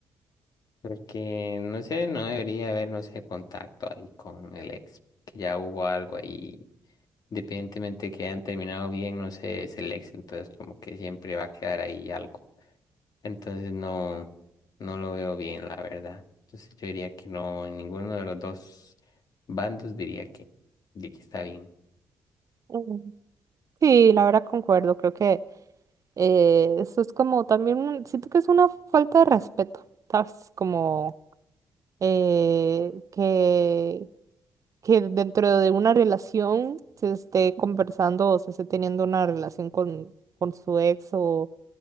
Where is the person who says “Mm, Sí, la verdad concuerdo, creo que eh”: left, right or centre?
Right